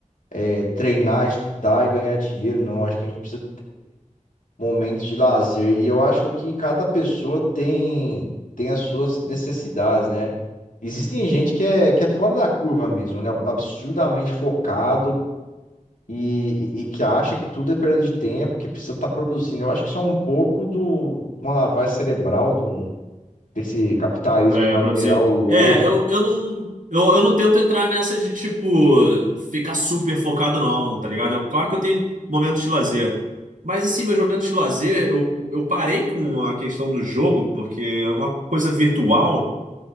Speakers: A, on the left; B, on the right.
A: é, treinar, estudar e ganhar dinheiro, não. Acho que a gente precisa momento de lazer. E eu acho que cada pessoa tem, tem as suas necessidades, né? Existem gente que é, que é fora da curva mesmo, né? Absurdamente focado e, e, e que acha que tudo é perda de tempo, que precisa estar produzindo. Eu acho que isso é um pouco do uma lavagem cerebral do, desse capitalismo
B: é,
A: neoliberal
B: pra dizer.
A: louco.
B: É, eu, eu não. Eu, eu não tento entrar nessa de, tipo, ficar super focado, não, tá ligado? Eu, claro que eu tenho momentos de lazer. Mas, assim, meus momentos de lazer, eu, eu parei com a questão do jogo, porque é uma coisa virtual.